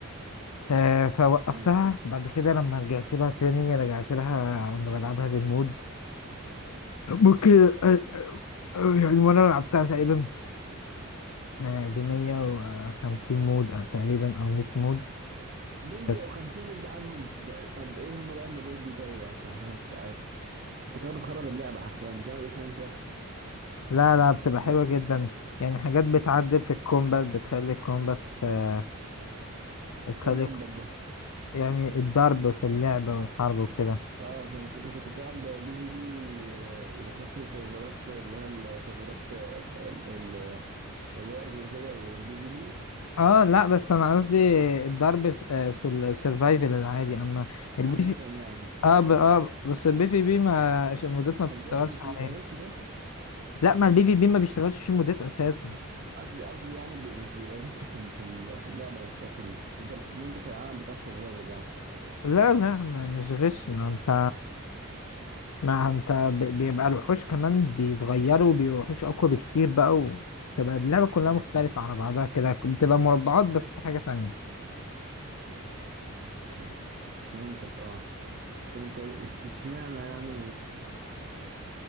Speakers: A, on the left; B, on the right.
A: آه فوقفتها
B: لا
A: بعد كده لما رجعت لها تاني رجعت لها وانا بلعبها بالمودز ممكن آه، آه، آه، يعني وانا لعبتها تقريبا ب 150 مود أو تقريبا او 100 مود
B: 150
A: كانت
B: مود بحالهم ده طب ايه هم بقى المودات دي طيب عشان عشان أبقى عارف انت كده بتخرب اللعبه حرفيا دي كده ما بقتش ماينكرافت
A: لا لا بتبقى
B: ب...
A: حلوة جدا يعني حاجات بتعدل في الكومبات بتخلي الكومبات آه، بتخلي
B: ايه الكومبات ده
A: يعني الضرب في اللعب والحرب وكده
B: اه فهمت انت كنت بتلعب بي في بي آه، وبتخش سيرفرات اللي هي السيرفرات آه، الح... ال... ال... الوارز وكده والبي في بي
A: اه لا بس انا قصدي الضرب في آه، في السرفايفل العادي اما البي
B: عامه
A: في
B: يعني
A: اه ب... اه بس البي في بي ما المودات ما بتشتغلش
B: طب مش مش
A: عليه
B: بيبقى غش ده
A: لا ما البي في بي ما بيشتغلش فيه مودات اساسا
B: قصدي قصدي يعني بي... مش بيبقى غش في ال... في ال... في اللعبه نفسها في ال... انت وانت في العالم بتاع السرفايفل يعني
A: لا لا ما مش غش ما انت ما انت ب- بيبقى الوحوش كمان بيتغيروا بيبقوا وحوش اقوى بكتير بقى وتبقى اللعبة كلها
B: اه
A: مختلفة
B: فهمت
A: على بعضها كده بتبقى مربعات بس حاجة تانية
B: مم. فهمتك اه طب انت إش- اشمعنى يعني